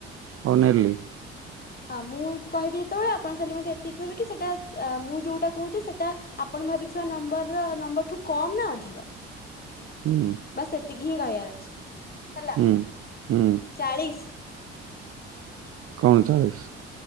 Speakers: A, on the right (about 45°); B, on the left (about 30°).
A: ଅ ନେଲି।
B: ହଁ ମୁଁ କହିବି ଯେତେବେଳେ ଆପଣ ଖାଲି ମତେ ଏତିକି କହିବେ କି ସେଇଟା ମୁଁ ଯୋଉଟା କହୁଛି ସେଇଟା। ଆ ଆପଣ ଭାବିଥିବା ନମ୍ବର ନମ୍ବରଠୁ କମ୍ ନା ଅଧିକ?
A: ହୁଁ।
B: ବାସେ ସେତିକି ହିଁ କହିବାର ଅଛି ହେଲା।
A: ହୁଁ ହୁଁ।
B: ଚାଳିଶି।
A: କଣ ଚାଳିଶି?